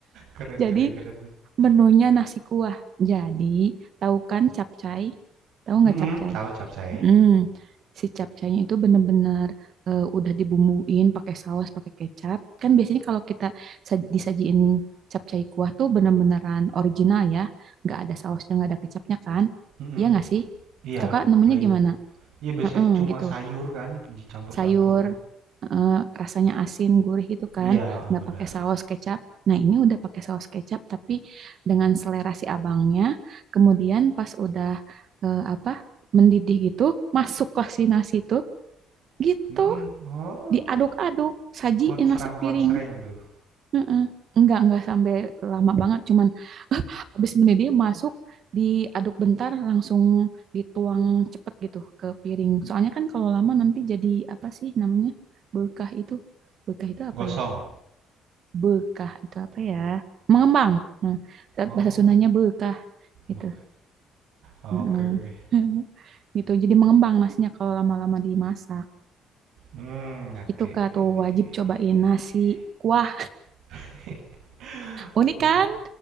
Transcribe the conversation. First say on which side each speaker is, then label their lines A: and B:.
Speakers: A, on the right (about 75°); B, on the right (about 50°).
A: keren
B: Jadi
A: keren keren
B: menunya nasi kuah. Jadi, tahu kan capcay? Tahu nggak
A: Mhm,
B: capcay?
A: tahu capcay.
B: Hmm, si capcaynya itu bener-bener eh, udah dibumbuin pakai saus, pakai kecap. Kan biasanya kalau kita sa- disajiin capcay kuah tuh bener-beneran original ya. Nggak ada sausnya, nggak ada kecapnya kan?
A: Mhm,
B: Iya nggak sih?
A: iya,
B: Kakak nemunya
A: plain.
B: gimana?
A: Iya, biasanya
B: Heeh,
A: cuma
B: gitu
A: sayur kan dicampur-campur.
B: sayur heeh, rasanya asin gurih itu kan
A: Iya, heeh,
B: nggak
A: benar.
B: pakai saus kecap nah ini udah pakai saus kecap tapi dengan selera si abangnya kemudian pas udah eh, apa mendidih gitu masuklah si nasi itu gitu
A: Mhm, oh,
B: diaduk-aduk sajiin
A: konsrang-konsreng
B: lah sepiring
A: tuh.
B: Mm-mm. Enggak, enggak sampai lama banget. Cuman <laughs> habis mendidih dia masuk, diaduk bentar, langsung dituang cepet gitu ke piring. Soalnya kan kalau lama nanti jadi apa sih namanya? Bekah itu. Bekah itu
A: Gosong.
B: apa ya? Bekah itu apa ya? Mengembang. Nah,
A: Oh,
B: bahasa Sundanya bekah gitu.
A: bek oke
B: Mm-mm.
A: oke.
B: <laughs> Gitu, jadi mengembang nasinya kalau lama-lama dimasak.
A: Mmm, oke
B: Itu Kak
A: oke, iya
B: tuh
A: iya
B: wajib cobain
A: iya iya
B: nasi
A: iya.
B: kuah.
A: <laughs>
B: Unik
A: Iya,
B: kan?